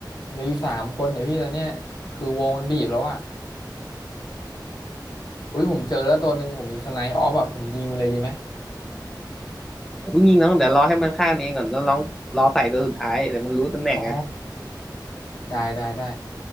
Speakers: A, on the left (about 65°); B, in the centre.
A: เหลืออยู่สามคนเนี่ยพี่ตอนเนี้ยคือวงมันบีบแล้วอะอุ้ยผมเจอแล้วตัวหนึ่งผมมีสไนป์ออฟอะผมยิงมันเลยดีไหม
B: อย่าเพิ่งยิงน้องเดี๋ยวรอให้มันฆ่าเองก่อนแล้วน้องรอใส่ตัวสุดท้ายเดี๋ยวมันรู้ตำแหน่งอะ
A: อ๋อได้ได้ได้